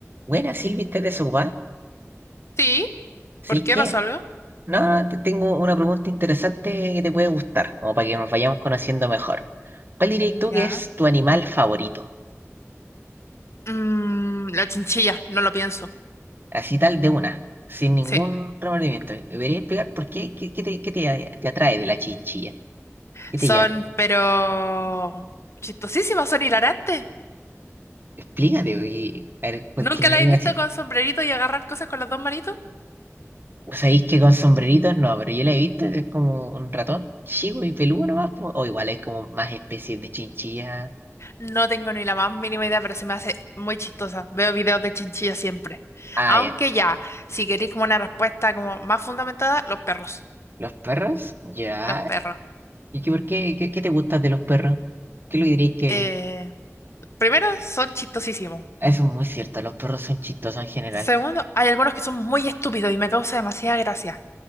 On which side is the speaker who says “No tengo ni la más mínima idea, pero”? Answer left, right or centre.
Left